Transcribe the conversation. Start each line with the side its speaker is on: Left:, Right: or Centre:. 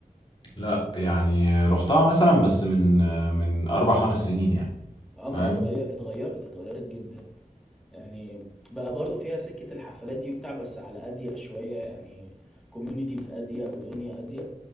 Left: لا يعني رحتها مثلا بس من من اربع خمس سنين يعني
Centre: اه
Left: فاهم
Centre: ما هي اتغير اتغيرت اتغيرت جدا يعني بقى برضو فيها سكة الحفلات دي وبتاع بس على أضيق شوية يعني كوميونيتيز أضيق ودنيا أضيق